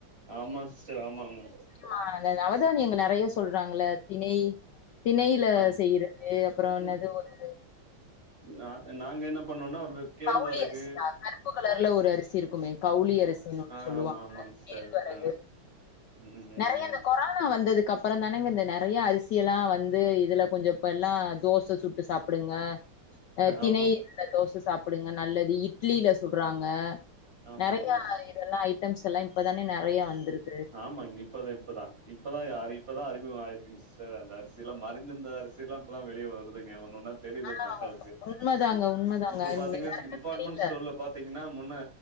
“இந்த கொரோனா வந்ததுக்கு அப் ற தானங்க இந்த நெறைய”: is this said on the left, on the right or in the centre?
Left